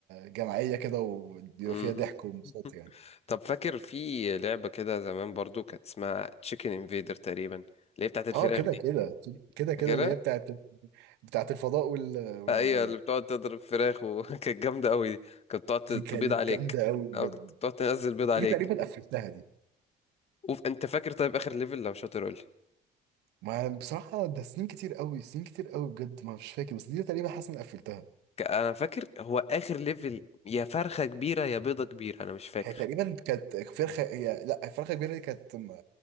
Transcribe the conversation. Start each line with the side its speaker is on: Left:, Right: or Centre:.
Right: جماعيه كده وبيبقى
Left: مم.
Right: فيها ضحك وانبساط يعني
Left: طب فاكر في لعبه كده زمان برضو كانت اسمها تشيكن انفيدر تقريبا اللي هي بتاعت الفراخ
Right: اه كده
Left: دي
Right: كده كده كده
Left: فاكرها
Right: اللي هي بتاعت بتاعت الفضاء وال وال
Left: هي اللي بتقعد تضرب فراخ وكانت <laughs> جامدة قوي دي كانت بتقعد
Right: دي كانت
Left: تبيض عليك
Right: جامده قوي بجد
Left: اه كانت بتقعد تنزل بيض عليك
Right: دي تقريبا قفلتها دي
Left: وف... انت فاكر طيب اخر ليفل لو شاطر قول لي
Right: ما بصراحه ده سنين كتير قوي سنين كتير قوي بجد ما مش فاكر بس دي تقريبا حاسس اني قفلتها
Left: ك- انا فاكر هو اخر ليفل يا فرخة كبيرة يا بيضة كبيرة انا مش فاكر
Right: هي تقريبا كانت فرخه هي لا فرخه كبيره دي كانت م-